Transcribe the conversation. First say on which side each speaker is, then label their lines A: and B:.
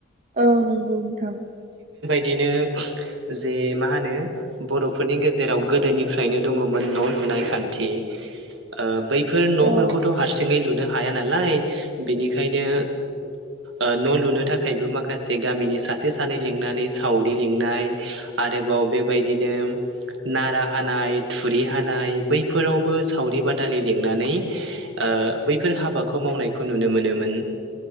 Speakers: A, on the right; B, on the right.
A: औ नोंगौ नोंथां।
B: बिदिनो जे मा होनो बर'फोरनि गेजेराव गोदोनि फ्रायनो दङ'मोन न' लुनाय खान्थि। ओ बैफोर न'फोरखौथ'
A: औ
B: हारसिङै लुनो हाया नालाय बिनिखायनो ओ न' लुनो थाखायबो माखासे गामिनि सासे सानै लिंनानै सावरि लिंनाय आरो बेबाव बेबायदिनो नारा हानाय थुरि हानाय बैफोरावबो सावरि बादालि लिंनानै ओ बैफोर हाबाखौ मावनायखौ नुनो मोनोमोन